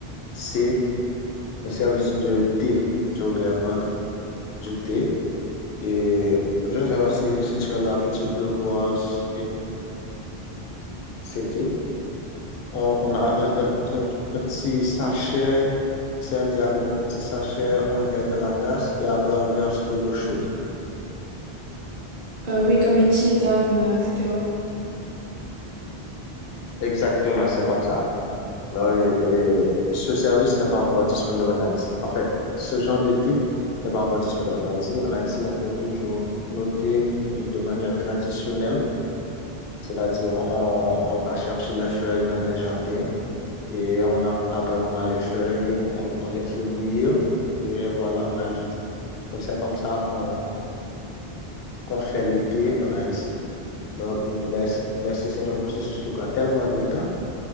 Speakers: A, on the left (about 75°); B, on the right (about 55°).
A: c'est un service de thé. Je voudrais vendre du thé et je ne sais pas si, si tu as l'habitude de voir c- ces thés. On, on a un, un- un- un petit sachet, c'est un thé avec un petit sachet, on le met dans la tasse et après on verse de l'eau chaude.
B: Euh, oui, comme les tisanes, euh, etc.
A: Exactement, c'est comme ça. Là, et- et ce service n'est pas encore disponible en Haïti. En fait, ce genre de thé n'est pas encore disponible en Haïti. En Haïti, on fait toujours nos thés de manière traditionnelle, c'est-à-dire on, on va chercher les feuilles dans les jardins et on a, après on a les feuilles, on, on les fait bouillir et voilà, on a du thé. Donc c'est comme ça qu'on qu'on fait le thé en Haïti. Donc, mais, c'est- mais c'est c'est un processus qui prend tellement de temps.